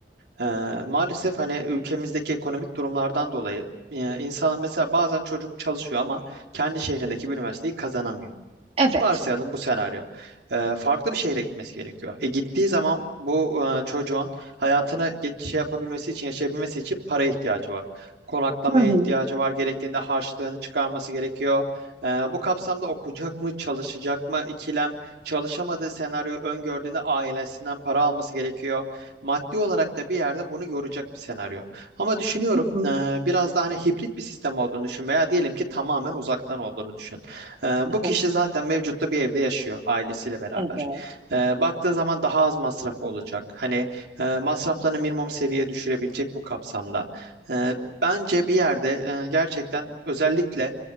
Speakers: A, on the right; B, on the right.
A: E, maalesef hani ülkemizdeki ekonomik durumlardan dolayı e, insan mesela bazen çocuk çalışıyor ama kendi şehrindeki bir üniversiteyi kazanamıyor.
B: evet.
A: Varsayalım bu senaryo. Ee, farklı bir şehre gitmesi gerekiyor. E, gittiği zaman bu e, çocuğun hayatını geç, şey yapabilmesi için, yaşayabilmesi için paraya ihtiyacı var. Konaklamaya
B: Hı hı.
A: ihtiyacı var. Gerektiğinde harçlığını çıkarması gerekiyor. Ee, bu kapsamda okuyacak mı, çalışacak mı ikilem, çalışamadığı senaryoyu öngördüğünde ailesinden para alması gerekiyor. Maddi olarak da bir yerde bunu yoracak bir senaryo. Ama düşünüyorum
B: Hı hı.
A: e, biraz da hani hibrit bir sistem olduğunu düşün veya diyelim ki tamamen uzaktan olduğunu düşün. Ee, bu
B: Tamam.
A: kişi zaten mevcutta bir evde yaşıyor ailesiyle beraber.
B: Evet.
A: Ee, baktığın zaman daha az masrafı olacak. Hani e, masraflarını minimum seviyeye düşürebilecek bu kapsamda. Ee, bence bir yerde e, gerçekten özellikle